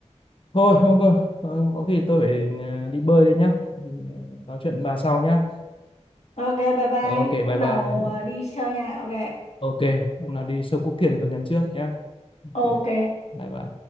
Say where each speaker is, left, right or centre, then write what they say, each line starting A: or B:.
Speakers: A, on the left; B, on the left.
A: Thôi không thôi, Ờ, có khi tôi phải ờ, đi bơi đây nhá. Thì, ờ, Nói chuyện với bà sau nhá.
B: Ok, bye bye.
A: Ờ, Ok, bye
B: Hôm
A: bye.
B: nào ờ, đi chơi nha. Ok.
A: Ok, hôm nào đi sâu Quốc Thiền thì tôi nhắn trước nhá. Ok,
B: Ok.
A: bye bye.